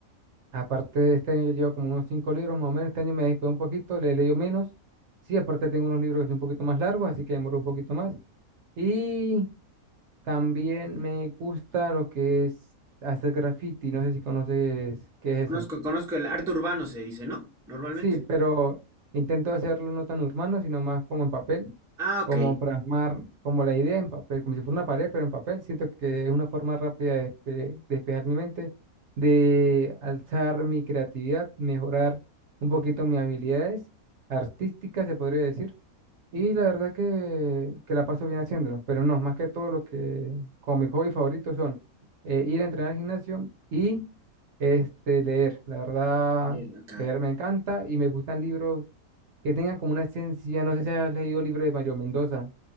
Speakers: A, on the right; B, in the centre.
A: Aparte, este año ya llevo como unos 5 libros más o menos. Este año me descuidé un poquito, le he leído menos. Sí, aparte tengo unos libros que son un poquito más largos, así que demoro un poquito más. Y también me gusta lo que es hacer graffiti. No sé si conoces qué es
B: Conozco,
A: eso.
B: conozco el arte urbano, se dice, ¿no? Normalmente.
A: Sí, pero intento hacerlo no tan urbano, sino más como en papel,
B: Ah, ok.
A: como plasmar como la idea en papel, como si fuera una pared, pero en papel. Siento que es una forma rápida de despe- despejar mi mente, de alzar mi creatividad, mejorar un poquito mis habilidades artísticas, se podría decir. Y la verdad que, que la paso bien haciéndolo, pero no, más que todo lo que como mi hobby favorito son eh, ir a entrenar al gimnasio y este, leer. La verdad,
B: Bien, ok,
A: leer me encanta y me gustan libros que tengan como una esencia. No sé si has leído libros de Mario Mendoza.